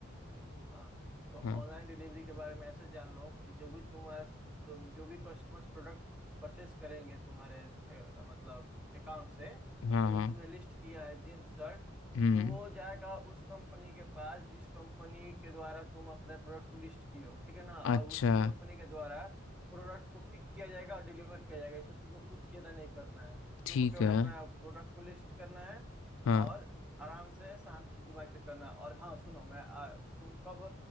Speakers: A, in the centre; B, on the left (about 75°).
A: हाँ तो ऑनलाइन
B: हाँ
A: डिलीवरी के बारे में ऐसे जान लो कि जो भी तुम आज- तुम जो भी कस्टमर्स प्रोडक्ट परचेस करेंगे तुम्हारे ए, मतलब अकाउंट से
B: हाँ
A: जो
B: हाँ
A: भी तुमने लिस्ट किया है जींस शर्ट
B: हम्म
A: तो वो जाएगा उस कंपनी के पास जिस कंपनी के द्वारा तुम अपने प्रोडक्ट को लिस्ट किए हो ठीक है ना
B: अच्छा
A: और उसी कंपनी के द्वारा प्रोडक्ट को पिक किया जाएगा और डिलीवर किया जाएगा इसमें तुमको कुछ ज्यादा नहीं करना है
B: ठीक
A: तुमको केवल
B: है
A: अपना प्रोडक्ट को लिस्ट करना है
B: हाँ
A: और आराम से शांत दिमाग से करना और हाँ सुनो मैं आ, तुम कब